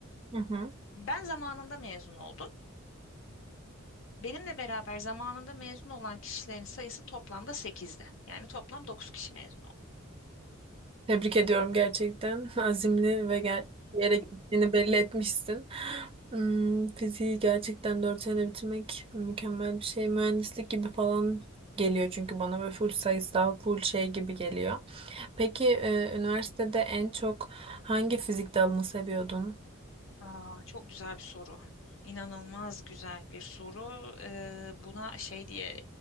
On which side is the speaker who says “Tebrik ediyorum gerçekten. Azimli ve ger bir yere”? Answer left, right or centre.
Right